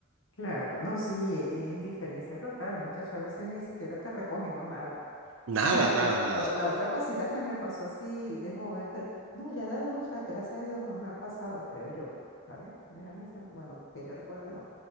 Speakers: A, on the left; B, on the right.
A: Claro, no, sí, e- e indiferencia total, muchacho, a veces ni siquiera te recogen, no, nada.
B: Nada,
A: Mira,
B: nada,
A: la,
B: nada.
A: o- la otra cosita que me pasó así de joven, pero no, ya de adulta, gracias a Dios, no me ha pasado, creo yo, ¿sabes? Déjame hacer- bueno, que yo recuerde, no.